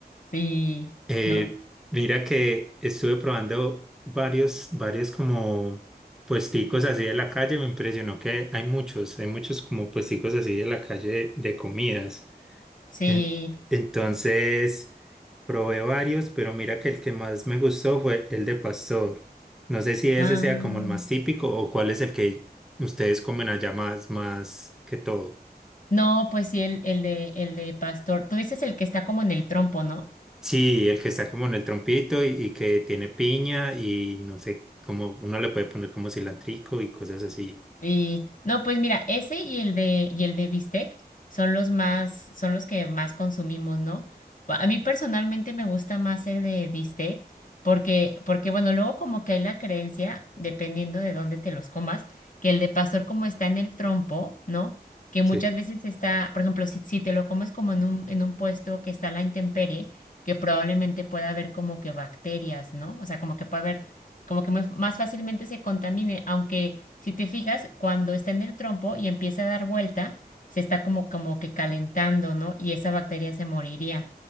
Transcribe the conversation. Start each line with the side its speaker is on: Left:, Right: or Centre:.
Left: Sí,
Centre: Eh,
Left: ¿no?
Centre: mira que estuve probando varios, varios como puesticos así de la calle, me impresionó que hay muchos, hay muchos como puesticos así de la calle de comidas.
Left: Sí.
Centre: En- entonces, probé varios, pero mira que el que más me gustó fue el de pastor. No sé si ese
Left: Ah,
Centre: sea como el más típico o cuál es el que ustedes comen allá más, más que todo.
Left: no, pues sí, el, el de, el de pastor. Tú dices el que está como en el trompo, ¿no?
Centre: Sí, el que está como en el trompito y, y que tiene piña y no sé, como uno le puede poner como cilantrico y cosas así.
Left: Y no, pues mira, ese y el de y el de bistec son los más son los que más consumimos, ¿no? A a mí personalmente me gusta más el de bistec porque porque bueno, luego como que hay la creencia, dependiendo de dónde te los comas, que el de pastor como está en el trompo, ¿no? Que muchas
Centre: Sí.
Left: veces está, por ejemplo, si, si te lo comes como en un en un puesto que está a la intemperie, que probablemente pueda haber como que bacterias, ¿no? O sea, como que puede haber como que muy- más fácilmente se contamine, aunque si te fijas, cuando está en el trompo y empieza a dar vuelta, se está como, como que calentando, ¿no? Y esa bacteria se moriría.